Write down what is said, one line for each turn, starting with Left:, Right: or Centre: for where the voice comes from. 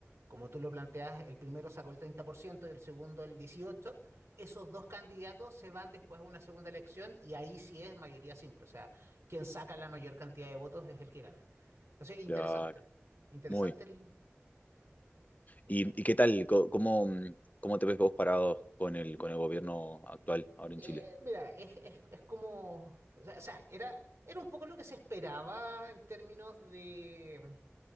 Right: como tú lo planteas, el primero sacó el 30% y el segundo el 18%, esos dos candidatos se van después a una segunda elección y ahí sí es mayoría simple. O sea, quien saca la mayor cantidad de votos es el que gana. Entonces, interesante,
Left: claro,
Right: interesante
Left: muy.
Right: el, eh,
Left: ¿Y, y qué tal? Co- ¿Cómo, mm, cómo te ves vos parado con el, con el gobierno actual ahora en
Right: Eh,
Left: Chile?
Right: mira, es, es- es como, o sea, o sea, era, era un poco lo que se esperaba en términos de,